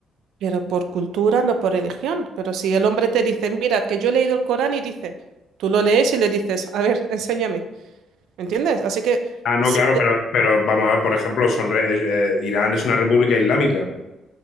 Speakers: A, on the right (about 80°); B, on the left (about 70°).
A: Pero por cultura, no por religión. Pero si el hombre te dice, mira, que yo he leído el Corán y dice, tú lo lees y le dices, a ver, enséñame, ¿entiendes? Así que...
B: Ah, no,
A: Sí,
B: claro, pero, pero vamos a ver, por ejemplo, son re- eh, eh, Irán es una república islámica.